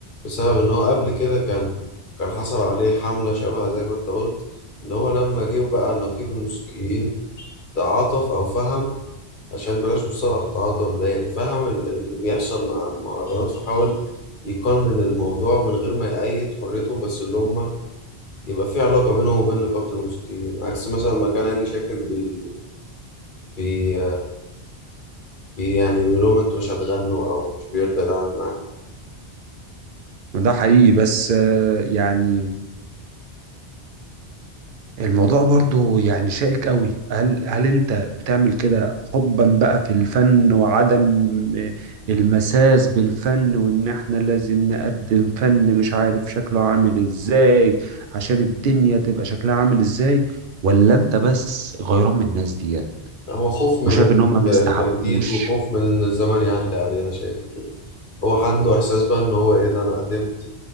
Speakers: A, on the left; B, on the right.
A: بسبب ان هو قبل كده كان كان حصل عليه حمله شبه زي ما انت قلت ان هو لما جه بقى نقيب الموسيقيين تعاطف او فهم عشان بلاش مصطلح تعاطف ده يعني فهم ال- اللي بيحصل مع المهرجانات فحاول يقنن الموضوع من غير ما يأيد حريتهم بس اللي هم يبقى في علاقة بينهم وبين نقابة الموسيقيين عكس مثلا ما كان هاني شاكر بي, بي, بي يعني بيقول لهم انتوا مش هتغنوا او مش بيرضى يتعامل معاه
B: ده حقيقي بس آه، يعني الموضوع برضو يعني شائك قوي هل هل انت بتعمل كده حبا بقى في الفن وعدم المساس بالفن وان احنا لازم نقدم فن مش عارف شكله عامل ازاي عشان الدنيا تبقى شكلها عامل ازاي ولا انت بس غيران من الناس ديت
A: هو خوف من
B: وشايف
A: الت-
B: ان هم ما
A: التجديد
B: يستحقوش
A: وخوف من ان الزمن يعدي علينا شايفه كده هو عنده احساس بقى ان هو ايه ده انا قدمت